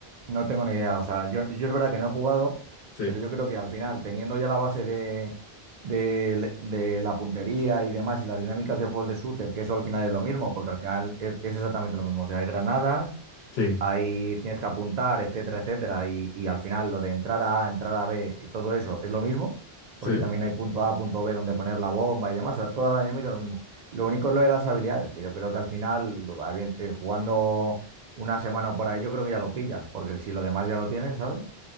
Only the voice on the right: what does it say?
No tengo ni idea. O sea, yo, yo es verdad que no he jugado,
pero yo creo que al final, teniendo ya la base de, de- de la puntería y demás, y las dinámicas de juegos de shooter, que eso al final es lo mismo, porque al final es, es exactamente lo mismo. O sea, hay granadas,
ahí tienes que apuntar, etcétera, etcétera, y, y al final lo de entrar a A, entrar a B y todo eso es lo mismo, porque
también hay punto A, punto B donde poner la bomba y demás, o sea, toda la dinámica es lo mismo. Lo único es lo de las habilidades, que yo creo que al final, lo- a bien, eh, jugando una semana o por ahí, yo creo que ya lo pillas, porque si lo demás ya lo tienes, ¿sabes?